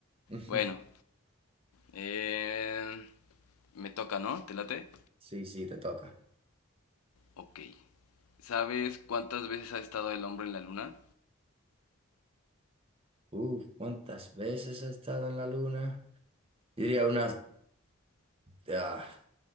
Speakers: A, on the right (about 25°); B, on the left (about 80°).
A: <laughs>
B: bueno, eh, me toca, ¿no? ¿Te late?
A: Sí, sí, te toca.
B: Ok. ¿Sabes cuántas veces ha estado el hombre en la luna?
A: Uf, ¿cuántas veces he estado en la luna? Yo diría unas ah,